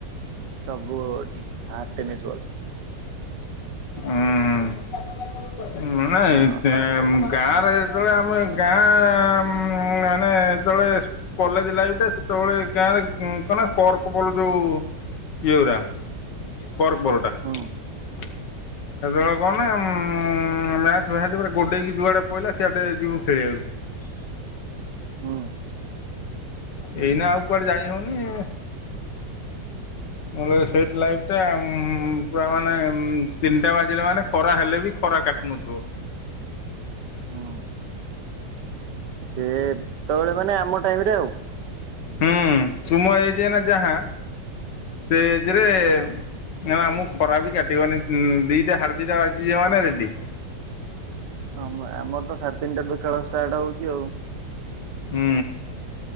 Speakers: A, on the right; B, on the left.
A: ସବୁଠୀ ହାର୍ଡ ଟେନିସ ବଲ୍।
B: ହୁଁ ହୁଁ ନାଇ
A: ହଁ
B: ଗାଁରେ ଯେତେବେଳେ ଆମେ ଗାଁ ମାନେ ଯେତେବେଳେ କଲେଜ ଲାଇଫ ଟା ସେତେବେଳେ ଗାଁରେ କ କହିଲା କର୍କ ବଲ ଯୋଉ ଏଇଉରା। କର୍କ ବଲଟା ସେତେବେଳେ
A: ହୁଁ
B: କଣ ନା ମ୍ୟାଚ ଫାଛେ ପରେ ଗୋଡେଇକି ଯୁଆଡେ ପହିଲା ସେଆଡେ ଯିବୁ ଖେଳିବାକୁ।
A: ହଁ।
B: ଏଇନା ଆଉ କୁଆଡେ ଯାଇ ହେଉନି। ନଲେ ସେଇଠ ଲାଇଫ ଟା ପ ମାନେ ତିନିଟା ବାଜିଲେ ମାନେ ଖରା ହେଲେ ବି ଖରା କାଟ ନଥିବ
A: <inaudible> ହୁଁ ସେ ତବେଳେ ମାନେ ଆମ ଟାଇମ ରେ ଆଉ। <inaudible>
B: ହୁଁ ତୁମ ଏଜ ନା ଯାହା ସେ ଏଜରେ ନା ନା ମୁଁ ଖରା ବି କାଟିବନି ଦିଟା ହାଡେ ଦିଟା ବାଜି ଯ ମାନ ରେଡି
A: ହ ଆମର ତ ସାଢେ ତିନିଟାରୁ ଖେଳ ଷ୍ଟାର୍ଟ ହଉଛି ଆଉ।
B: ହୁଁ।